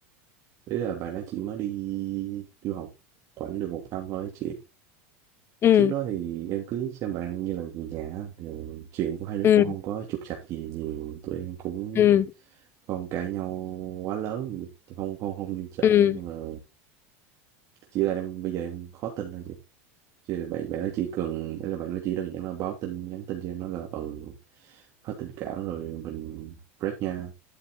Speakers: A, on the right; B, on the left.
A: đấy là bạn đó chỉ mới đi du học khoảng được một năm thôi chị
B: ừ
A: trước đó thì em cứ xem bạn như là người nhà á, thì chuyện của hai đứa
B: ừ
A: cũng không có trục trặc gì nhiều tụi em cũng
B: ừ
A: không cãi nhau quá lớn gì. Thì không không không nghiêm trọng
B: ừ
A: mà là chỉ là em bây giờ em khó tin thôi chị Chứ bạn bạn nó chỉ cần đấy là bạn nó chỉ đơn giản là báo tin nhắn tin cho em nói là ừ hết tình cảm rồi mình break nha